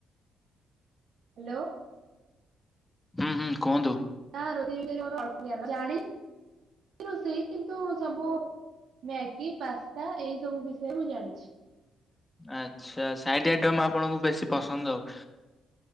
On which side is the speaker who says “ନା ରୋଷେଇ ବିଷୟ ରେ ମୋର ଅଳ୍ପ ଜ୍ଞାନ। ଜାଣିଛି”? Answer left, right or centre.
Right